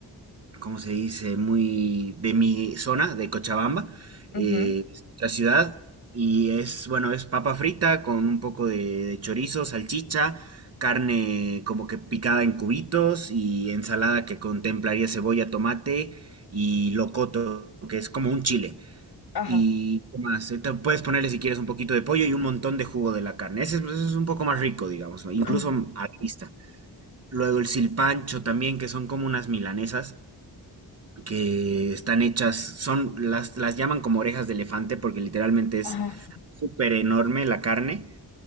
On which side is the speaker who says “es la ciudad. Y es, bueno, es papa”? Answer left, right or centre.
Right